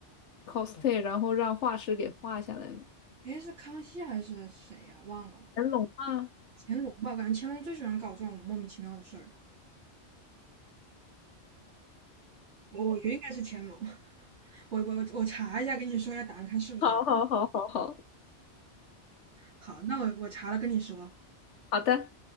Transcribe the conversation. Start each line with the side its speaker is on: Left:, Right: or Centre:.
Left: cosplay，然后让画师给画下来吗？
Right: 诶，是康熙还是谁呀、忘了，
Left: 乾隆吗？
Right: 乾隆吧？我感觉乾隆最喜欢搞这种莫名其妙的事儿。我我觉得应该是乾隆，<laughs> 我我我查一下，跟你说一下答案，看是不是他。
Left: 好好好好好，
Right: 好，那我我查了跟你说。
Left: 好的。